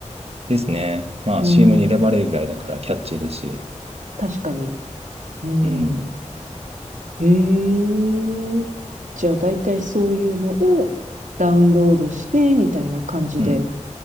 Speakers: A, on the right; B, on the right.
A: ですね。まあ
B: うん。
A: CM に選ばれるぐらいだからキャッチーだし、
B: 確かに。うん。
A: うん。
B: へえ。じゃあ、だいたいそういうのをダウンロードして、みたいな感じで。
A: うん。